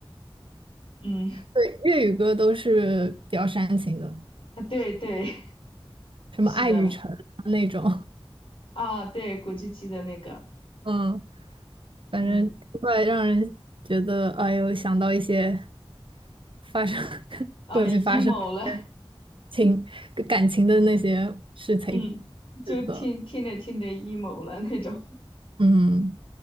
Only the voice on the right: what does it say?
对，粤语歌都是比较煽情的，
什么《爱与诚》啊那种，
<laughs> 嗯。反正会让人觉得，
哎呦，想到一些发生 <laughs>
过去发生的
情感情的那些事情。
是的，
嗯